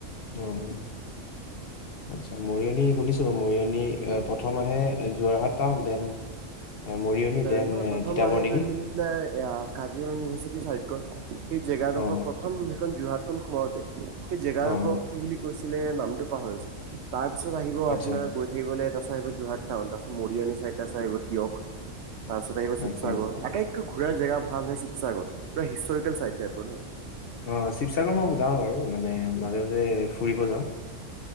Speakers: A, on the left; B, on the right.
A: অ অ।
B: উম।
A: আচ্ছা মৰিয়নি শুনিছো, মৰিয়নি প্ৰথম আহে যোৰহাট টাউন দেন। মৰিয়নি দেন
B: নহয় প্ৰথম
A: তিতাবৰ
B: আহে
A: নেকি
B: গৈ মিলি পেলাই কাজিৰঙা ইউনিভাৰ্চিটি চাইদখন সেই জেগাডখৰ।
A: অ অ
B: প্ৰথম সেইখন যোৰহাটখন সোমাওঁতে সেই জেগাডোখক
A: অ অ।
B: কি বুলি কৈছিলে নামটো পাহৰি গৈছে। তাৰপিছত আহিব আপোনাৰ
A: আচ্ছা
B: গৈ থাকিবলৈ এটা চ আহিব যোৰহাট টাউন তাৰপিছত মৰিয়ানী চাইড এটা চাই আহিব তিয়ক। তাৰ পিছত আহিব শিৱসাগৰ
A: আচ্ছা আচ্ছা
B: আটাইতকৈ ঘূৰাৰ জেগা ভাল হয় শিৱসাগৰ। পুৰা হিষ্টৰিকেল চাইট টাইপৰ ন।
A: অ শিৱসাগৰ মই যাও বাৰু মানে মাজে মাজে ফুৰিব যাওঁ।